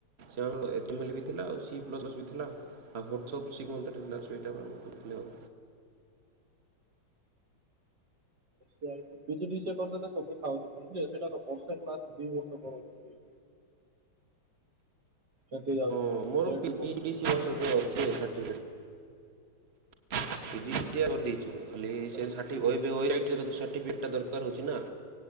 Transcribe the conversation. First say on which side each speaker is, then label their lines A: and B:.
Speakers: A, on the right (about 35°); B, on the right (about 60°).
A: ଏଚଟିମେଲ ଥିଲା ସି ପ୍ଲସ ବି ଥିଲା। ଆଉ ବୋଥି ଶିଖି ମନ୍ତ୍ର ଥିଲା ସେଇଟା ପା ଖୋଜୁଥିଲି ଆଉ।
B: ପିଯିଡିଶିଏ କରିଦେଲେ ସବୁ ଥାଉଚି ପୁଣି ଯେ ସେଇଟା ତ ବର୍ଷେ କ୍ଲାସ ଦି ବର୍ଷ କରାଉଛନ୍ତି। ଏଠିକି ଯାଉଛି।
A: ହଁ ମୋର
B: ଲେଟ୍
A: ପି
B: ହଉଛି
A: ଡ଼ି
B: ବହୁତ
A: ସି ବର୍ଷ ତ ଅଛି certificate P G D C A କରି ଦେଇଛୁ ଖାଲି
B: ଆଚ୍ଛା।
A: ସେ ଏବେ ଅଇରାଟି ତ ସାର୍ଟିଫିକେଟା ଦରକାର ହେଉଛି ନା।